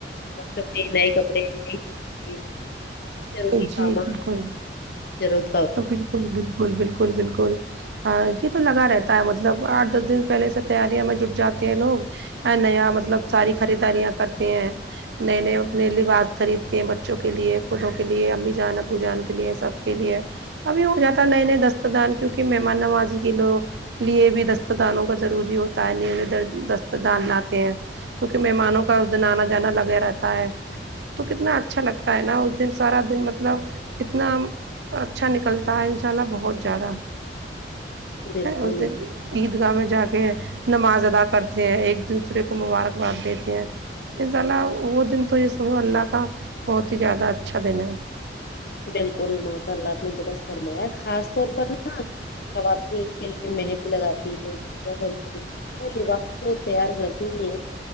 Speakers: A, on the left (about 60°); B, on the right (about 75°).
A: بچوں کے نئےکپڑے نہیں کتی ضروری
B: جی
A: سامان
B: بالکل
A: ضرت
B: بالکل بالکل بالکل بالکل یہ تو لگا رہتا ہے مطلب آٹھ دس دن پہلے سے تیاریوں میں جٹ جاتے ہیں لوگ نیا مطلب ساری خریداریاں کرتے ہیں نئے نئے اپنے لباس خریدتے ہیں بچوں کے لیے خودوں کے لیے امی جان ابو جان کے لیے سب کے لیے ابھی ہو جاتا ہے نئے نئے دست دان کیونکہ مہمان نوازی کے لوگ لیے بھی دست دانوں کا ضروری ہوتا ہے نیو دست دان لاتے ہیں کیونکہ مہمانوں کا اس دن آنا جانا لگا رہتا ہے تو کتنا اچھا لگتا تا ہے نا اس دن سارا دن مطلب اتنا اچھا نکلتا ہے ان شاء اللہ بہت زیادہ
A: بالکل
B: ہے اس دن عید گاہ میں جا کے نماز ادا کرتے ہیں ایک دوسرے کو مبارک باد دیتے ہیں ان شاء اللہ وہ دن تو یہ سم اللہ کا بہت ہی زیادہ اچھا دن ہے
A: بالکل ماشاء اللہ اپ نےدرست فرمایا خاص طور پر نا خواتین کے لیے مہندی لگاتی ہے خرید لباس تو تیار کرتی ہی ہیں